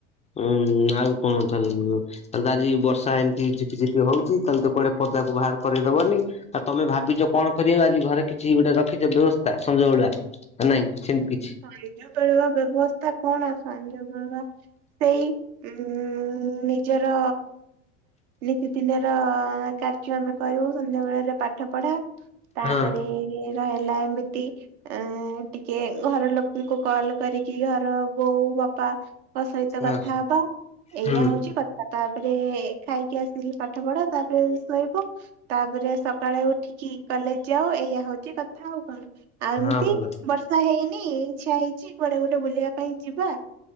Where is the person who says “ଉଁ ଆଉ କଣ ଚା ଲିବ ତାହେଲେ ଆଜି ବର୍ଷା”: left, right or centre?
Left